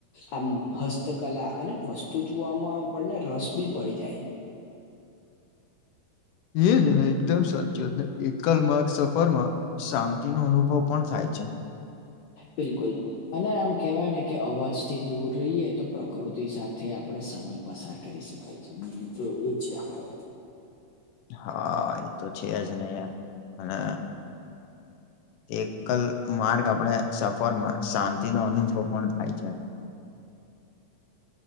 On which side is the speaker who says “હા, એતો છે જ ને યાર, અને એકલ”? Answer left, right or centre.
Left